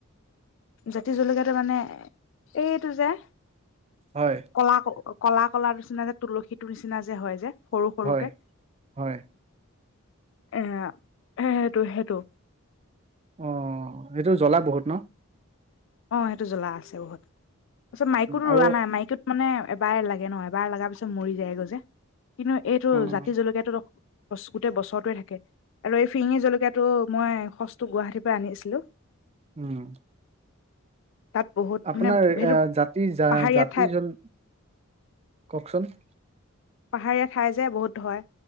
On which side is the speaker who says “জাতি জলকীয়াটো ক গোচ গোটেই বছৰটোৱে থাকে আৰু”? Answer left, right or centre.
Left